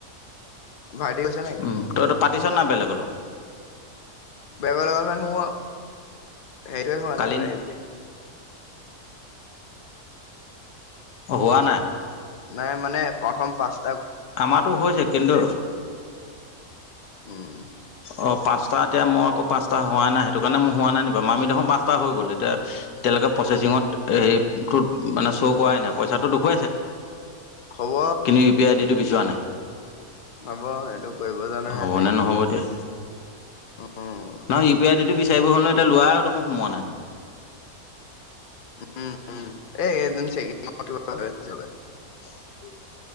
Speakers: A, on the left; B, on the left.
A: ভাইটি গৈছে নেকি?
B: উম তইতো পাতিছ নাই বেলেগ ল
A: বেগৰ লগা মানে মইও হেৰিটোৱেই হোৱা
B: কালি
A: নাই ভেৰিফিকেচন
B: <inaudible> হোৱা নাই
A: নাই মানে প্ৰথম পাঁচ
B: আমাটো হৈছে কিন্তু
A: উম'।
B: অ', পাঁচটা এতিয়া, মই আকৌ পাঁচটা হোৱাই নাই সেইটো কাৰণে মই হোৱা নাই নি বাৰু, মামি দেখোন পাঁচটা হৈ গ'ল তেতিয়া এতিয়ালৈকে প্ৰচেচিঙত হেৰিটোত মানে শ্ব' কৰায়েই নাই, পইচাটো দেখুৱাইছে
A: হ'ব
B: কিন্তু ইউ পি আই দি টো বিচৰা নাই
A: হ'ব সেইটো কৰিব জানে নাই
B: হ'বনে
A: চাগে
B: নহ'ব এতিয়া
A: উম
B: নহয় ইউ পি আই দি টো বিচাৰিব হ'ল ন এতিয়া লৱা দেখোন সোমোৱা নাই
A: উম উম', এই এদিন চেকিঙৰ কিবা হৈ আছে হ'বপাই।